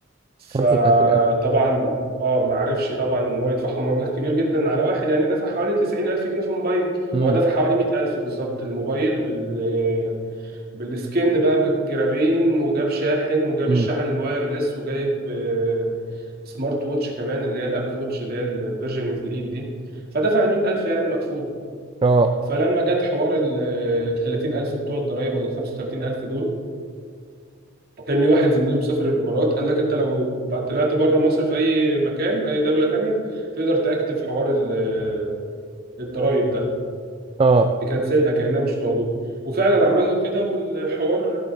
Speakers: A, on the right; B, on the right.
A: فطبعا
B: 35 الف
A: اه ما عرفش طبعا ان هو يدفعهم مبلغ كبير جدا على واحد يعني دفع حوالي 90000 جنيه في موبايل
B: امم
A: هو دفع حوالي 100000 بالظبط الموبايل بال بالسكن بقى بالجرابين وجاب شاحن وجاب
B: امم
A: الشاحن الوايرلس وجايب آه، سمارت ووتش كمان اللي هي الابل ووتش اللي هي ال- الفيرجن الجديد دي فدفع ال 100000 يعني مقفولة
B: اه
A: فلما جت حوار ال 30000 بتوع الضرايب ولا ال 35000 دول كان واحد زميله مسافر الامارات قال لك انت لو طلعت بره مصر في اي مكان اي دوله تانية تقدر تاكتف حوار ال- آه، الضرايب ده
B: اه
A: تكنسلها كانها مش موجوده وفعلا عمل له كده والحوار